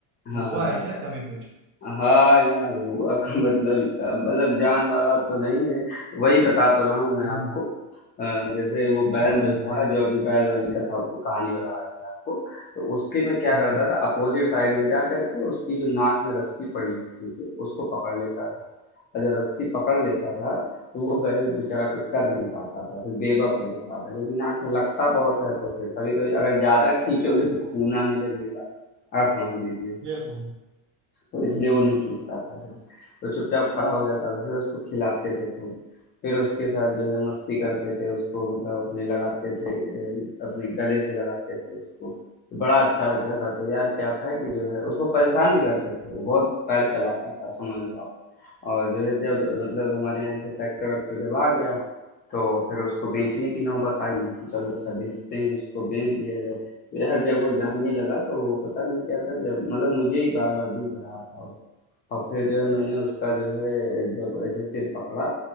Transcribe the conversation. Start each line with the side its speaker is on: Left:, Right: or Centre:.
Left: हाँ,
Right: हुआ
Left: हाँ।
Right: है क्या कभी कुछ
Left: हाँ यार हुआ का मतलब मतलब जान वाला तो नहीं है वही बता तो रहा हूँ मैं
Right: हम्म
Left: आपको अ, जैसे वो
Right: अच्छा
Left: बैल
Right: बैल
Left: जो
Right: वाला
Left: था जो अभी बैल वाली कथा कहानी बता रहे थे आपको तो उसके मैं क्या
Right: हम्म
Left: करता था अपोजिट साइड में जा करके उसकी जो नाक में रस्सी पड़ी होती थी उसको पकड़ लेता था और जब रस्सी पकड़ लेता था तो वो बैल बेचारा कुछ कर नहीं पाता था फिर बेबस हो जाता था क्योंकि नाक में लगता बहुत है तो फिर कभी कभी अगर ज्यादा खींचोगे तो खून आने लगेगा आप समझ लीजिए
Right: ये तो है।
Left: तो इसलिए
Right: हम्म
Left: वो नहीं खींचता था फिर तो चुपचाप खड़ा हो जाता था फिर उसको खिलाते थे खूब फिर उसके साथ जो है मस्ती करते थे उसको मतलब अपने लगाते थे ए, अपने गले से लगाते थे उसको तो बड़ा अच्छा लगता था तो यार क्या था कि जो है उसको परेशान भी करते थे वो बहुत पैर चलाता था समझ लो आप और जो है जब मतलब हमारे यहाँ जैसे ट्रैक्टर वैक्टर जब आ गया तो फिर उसको बेचने की नौबत आई कि चलो अच्छा बेचते हैं इसको बेच दिया जाए तो यार जब वो जाने लगा तो पता नहीं क्या था जब मतलब मुझे ही बार बार देख रहा था वो और फिर जो है मैंने उसका जो है जब ऐसे सिर पकड़ा